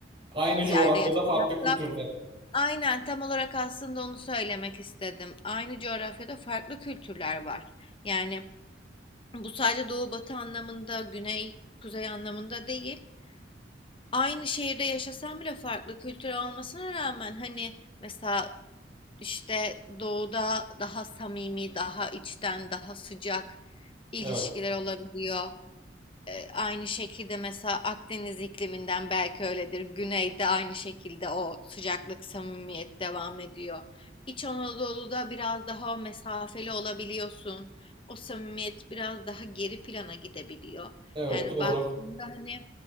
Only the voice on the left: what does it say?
yerde yaşasak
da aynen tam olarak aslında onu söylemek istedim. Aynı coğrafyada farklı kültürler var. Yani bu sadece doğu batı anlamında güney kuzey anlamında değil. Aynı şehirde yaşasam bile farklı kültür olmasına rağmen hani mesela işte doğuda daha samimi, daha içten, daha sıcak ilişkiler
olabiliyor. E, aynı şekilde mesela Akdeniz ikliminden belki öyledir. Güneyde aynı şekilde o sıcaklık, samimiyet devam ediyor. İç Anadolu'da biraz daha mesafeli olabiliyorsun. O samimiyet biraz daha geri plana gidebiliyor.
Yani
baktığında hani